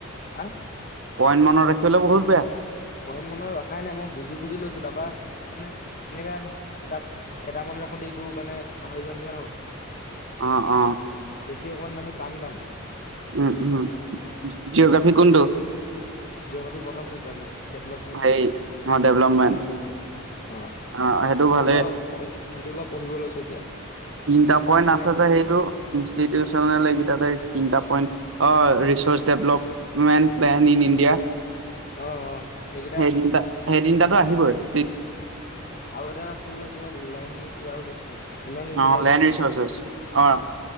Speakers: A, on the left; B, on the right.
A: হা
B: পইণ্ট মনত ৰাখিবলৈ বহুত বেয়া।
A: কহন <unintelligible> মনৰ ৰখাই নাই মই বুজি বুজি লৈছো তাৰাপা মানে এনেকা এটা এটা মানুহ ৰাখোতে এইটো পাহৰি যোৱা নাছিনা হয়।
B: অ অ
A: বেছি অকণমান টান টান।
B: উম উম জিঅ'গ্ৰাফিৰ কোনটো?
A: জিঅ'গ্ৰাফীৰ প্ৰথম চেপ্টাৰটো ডেভেলপমেণ্ট।
B: হেৰি অ ডেভলপমেণ্ট
A: এ বিচয়ছে অ
B: অ সেইটো
A: সদ
B: ভালে
A: <unintelligible> সেইটো পা পঢ়িব লৈছোঁ এতিয়া।
B: তিনটা পইন্ট
A: মানে
B: আছে যে সেইটো ইনষ্টিটিউচনেকিটাতে তিনিটা পইণ্ট অ', research development plan in India.
A: অ', অ' সেইকেইটা
B: সেইদিন খেইতিনটাতো আহিবই। ফিক্স
A: আৰু এটা আছিলে কিবা লেন কিবা বুলি আছিলে। <unintelligible> ইউটিলাইজেচন
B: অ লেণ্ড ৰিচৰ্চেছ
A: বুলি
B: অ